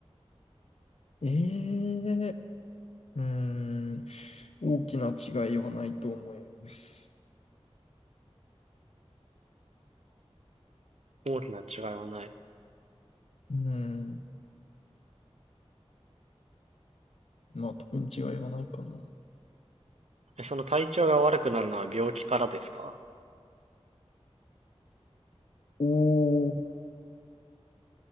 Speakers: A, on the left; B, on the right.
A: う。ええうーん。大きな違いはないと思います。
B: 大きな違いはない。
A: うん。まあ、特に違いはないかな。
B: え、その体調が悪くなるのは病気からですか
A: お